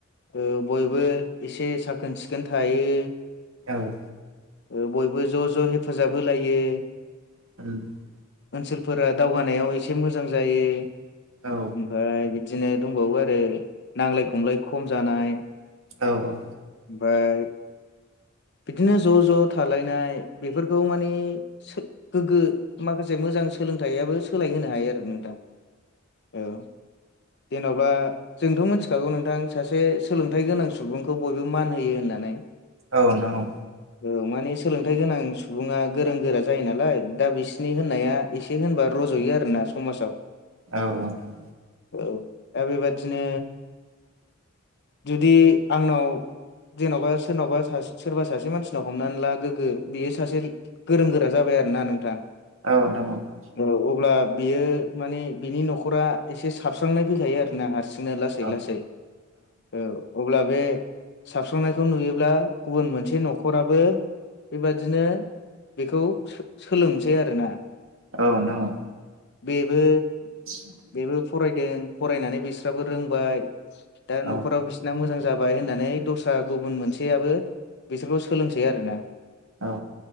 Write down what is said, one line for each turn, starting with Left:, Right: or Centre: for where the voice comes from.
Left: ओ बयबो एसे साखोन सिखोन थायो।
Right: औ।
Left: ओ बयबो ज'-ज' हेफाजाब होलायो।
Right: <unintelligible>
Left: ओनसोलफोरा दावगानायाव एसे मोजां जायो।
Right: औ।
Left: ओमफाय बिदिनो दंबावो आरो नांलाय खमलाय खम जानाय
Right: औ-औ।
Left: ओमफाय बिदिनो ज'-ज' थालायनाय बेफोरखौ मानि सो गोग्गो माखासे मोजां सोलोंथाइयाबो सोलायहोनो हायो आरो नोंथां औ जेनबा जोंथ' मोनथिखागौ नोंथां सासे सोलोंथाइ गोनां सुबुंखौ बयबो मान होयो होननानै।
Right: औ नोंथां औ।
Left: औ माने सोलोंथाइ गोनां सुबुङा गोरों गोरा जायो नालाय दा बिसनि होननाया एसे होनबा र'ज'यो आरो ना समाजाव।
Right: औ अ नोंथां।
Left: औ दा बेबादिनो जुदि आंनाव जेनावबा सोरनावबा सासे सोरबा सासे मानसिनाव हमनानै ला गोग्गो बियो सासे गोरों गोरा जाबाय आरो ना नोंथां।
Right: औ नोंथां औ।
Left: औ अब्ला बियो माने बिनि नखरा एसे साबस्रांनाय फैखायो आरो ना हार सिंनो लासै-लासै
Right: औ
Left: औ अब्ला बे साबस्रांनायखौ नुयोब्ला गुबुन मोनसे नखराबो बेबादिनो बेखौ सो सोलोंसै आरोना।
Right: औ नोंथां औ।
Left: बेबो
Right: <inaudible>
Left: बेबो फरायदों फरायनानै बिस्राबो रोंबाय दा
Right: औ
Left: न'खराव बिस नों मोजां जाबाय होननानै दस्रा गुबुन मोनसेयाबो बिसोरखौ सोलोंसै आरो ना।
Right: औ।